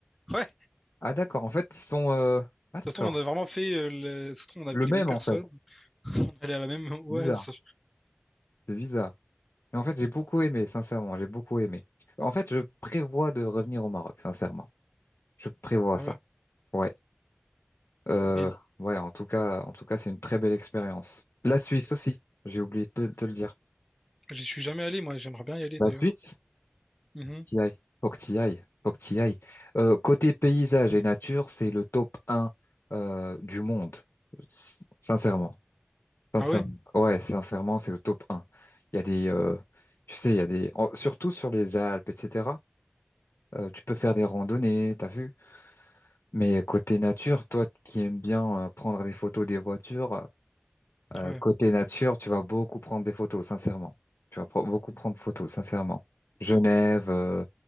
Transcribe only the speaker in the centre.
Ouais.
Ça se trouve, on a vraiment fait. euh, le- Ça se trouve, on a
vu
les mêmes personnes.
<laughs> On est allé à la même. Ouais.
ça-
Ouais.
Et
j'y suis jamais allé, moi. J'aimerais bien y aller,
d'ailleurs.
Mhm.
Ah ouais?
Ouais.